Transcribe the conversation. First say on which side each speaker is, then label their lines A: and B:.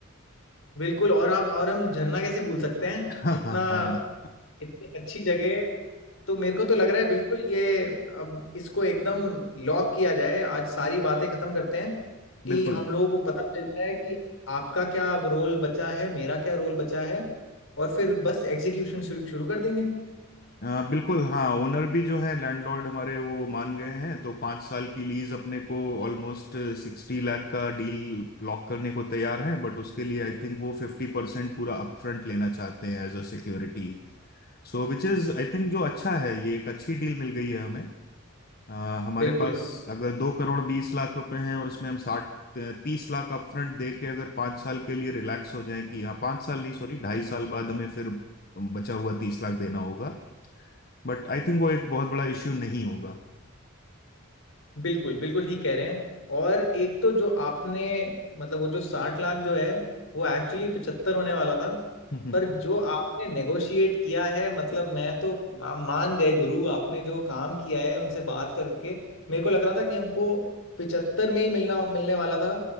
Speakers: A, on the left; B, on the left.
A: बिल्कुल और आप और हम झरना कैसे भूल सकते हैं
B: <laughs> हाँ
A: इतना
B: हाँ हाँ
A: इतनी अच्छी जगह तो मेरे को तो लग रहा है बिल्कुल ये अब इसको एकदम लॉक किया जाए आज सारी बातें खत्म करते हैं कि
B: बिल्कुल
A: हम लोगों को पता चल जाए कि आपका क्या रोल बचा है मेरा क्या रोल बचा है और फिर बस एग्जीक्यूशन शुरू शुरू कर देंगे
B: आ, बिल्कुल हाँ ओनर भी जो है लैंडलॉर्ड हमारे वो मान गए हैं तो पाँच साल की लीज अपने को ऑलमोस्ट सिक्सटी लाख का डील लॉक करने को तैयार हैं बट उसके लिए आई थिंक वो फिफ्टी परसेंट पूरा अपफ्रंट लेना चाहते हैं as a security So which is I think जो अच्छा है ये एक अच्छी डील मिल गई है हमें आ, हमारे
A: बिल्कुल
B: पास अगर दो करोड़ बीस लाख रुपए हैं और उसमें हम साठ तीस लाख अपफ्रंट दे के अगर पाँच साल के लिए रिलैक्स हो जाए कि हाँ पाँच साल नहीं सॉरी ढाई साल बाद हमें फिर बचा हुआ तीस लाख देना होगा बट आई थिंक वो एक बहुत बड़ा इश्यू नहीं होगा
A: बिल्कुल बिल्कुल ठीक कह रहे हैं और एक तो जो आपने मतलब वो जो साठ लाख जो है वो एक्चुअली पचहत्तर होने वाला था
B: <laughs>
A: पर जो आपने नेगोशिएट किया है मतलब मैं तो मा- मान गए गुरु आपने जो काम किया है उनसे बात करके मेरे को लग रहा था कि हमको पिचहत्तर में ही मिलना मिलने वाला था